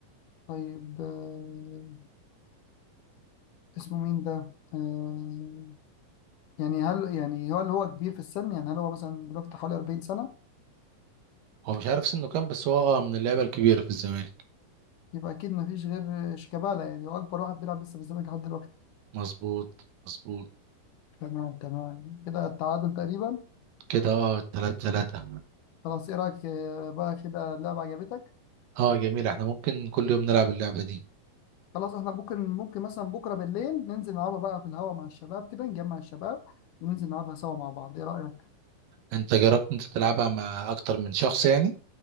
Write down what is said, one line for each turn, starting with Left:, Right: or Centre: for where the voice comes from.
Left: طيب آه اسمه مين ده آه يعني هل يعني هو اللي هو كبير في السن يعني هل هو مثلا دلوقتي حوالي 40 سنة
Right: هو مش عارف سنه كام بس هو اه من اللعيبة الكبيرة في الزمالك
Left: يبقى اكيد ما فيش غير شيكابالا يعني هو اكبر واحد بيلعب لسه في الزمالك لحد دلوقتي
Right: مظبوط مظبوط
Left: تمام تمام كده التعادل تقريبا
Right: كده اه تلاتة تلاتة
Left: خلاص ايه رايك آه، بقى كده اللعبة عجبتك
Right: اه جميل احنا ممكن كل يوم نلعب اللعبة دي
Left: خلاص احنا ممكن ممكن مثلا بكرة بالليل ننزل نلعبها بقى في الهوا مع الشباب كده نجمع الشباب وننزل نلعبها سوا مع بعض ايه رأيك؟
Right: انت جربت انت تلعبها مع اكتر من شخص يعني؟